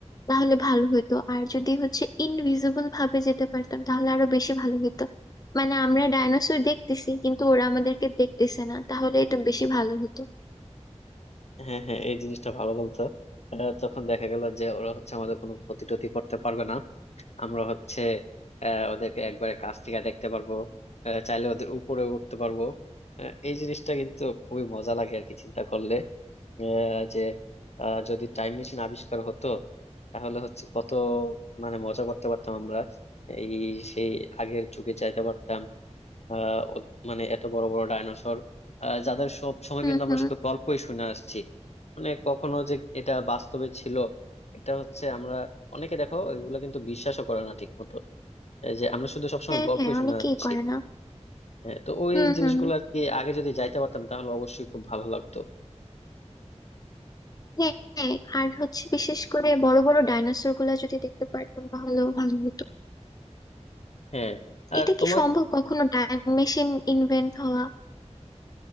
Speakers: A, on the left (about 30°); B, on the left (about 65°).
A: তাহলে ভালো হতো আর যদি হচ্ছে ইনভিজিবল ভাবে যেতে পারতাম তাহলে আরো বেশি ভালো হতো মানে আমরা ডাইনোসর দেখতেছি কিন্তু ওরা আমাদেরকে দেখতেছে না তাহলে এটা বেশি ভালো হতো
B: হ্যাঁ হ্যাঁ এই জিনিসটা ভালো বলতো আহ, তখন দেখা গেল যে ওরা হচ্ছে আমাদের কোনো ক্ষতি টতি করতে পারবে না আমরা হচ্ছে আহ, ওদেরকে একবারে কাছ থেকে দেখতে পারবো আহ, চাইলে ওদের উপরে উঠতে পারবো আহ, এই জিনিসটা কিন্তু খুবই মজা লাগে আর কি চিন্তা করলে আহ, যে আহ, যদি টাইম মেশিন আবিষ্কার হতো তাহলে হচ্ছে কত মানে মজা করতে পারতাম আমরা এই সেই আগের যুগে যাইতে পারতাম আহ ও- মানে এত বড় বড় ডাইনোসর যাদের সব সময়
A: হুম
B: কিন্তু আমরা
A: হুম
B: শুধু গল্পই শুনে আসছি মানে কখনো যে এটা বাস্তবে ছিল এটা হচ্ছে আমরা অনেকে দেখো এগুলো কিন্তু বিশ্বাসও করে না ঠিক মতো এই যে আমরা শুধু সবসময়
A: হ্যাঁ
B: গল্পই
A: হ্যাঁ
B: শুনে
A: অনেকেই
B: আসছি
A: করে না
B: হ্যাঁ, তো ওই
A: হুম
B: জিনিসগুলো
A: হুম হুম।
B: আর কি আগে যদি যাইতে পারতাম তাহলে অবশ্যই খুব ভালো লাগতো
A: হ্যাঁ হ্যাঁ, আর হচ্ছে বিশেষ করে বড় বড় ডাইনোসর গুলা যদি দেখতে পারতাম তাহলেও ভালো হতো
B: হ্যাঁ আর
A: এটা
B: তোমার
A: কি সম্ভব কখনো টাইম মেশিন ইনভেন্ট হওয়া